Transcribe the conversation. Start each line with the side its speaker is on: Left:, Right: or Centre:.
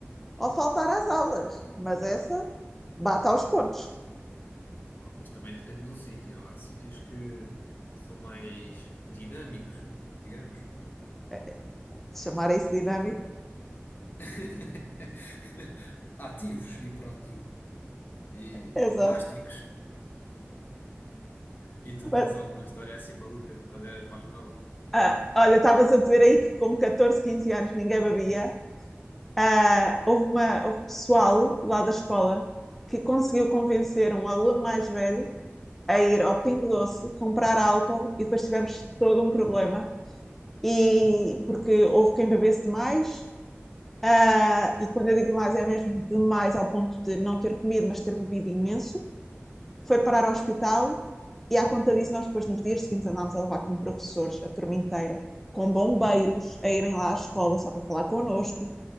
Centre: ou faltar às aulas, mas essa bate aos pontos.
Left: Bom, mas também depende do sítio. Há sítios que são mais dinâmicos, digamos.
Centre: É, é, chamar isso dinâmico,
Left: <laughs> Ativos e proativos e
Centre: exato.
Left: bombásticos. E tu
Centre: Mas,
Left: tens alguma história assim maluca de quando eras mais nova?
Centre: ah, olha, estavas a dizer aí que com 14, 15 anos ninguém bebia. Ah, houve uma, houve pessoal lá da escola que conseguiu convencer um aluno mais velho a ir ao Pingo Doce comprar álcool e depois tivemos todo um problema e porque houve quem bebesse mais Uh, e quando eu digo demais, é mesmo demais ao ponto de não ter comido, mas ter bebido imenso. Foi parar ao hospital e, à conta disso, nós depois, nos dias seguintes, andámos a levar com professores a turma inteira, com bombeiros, a irem lá à escola só para falar connosco.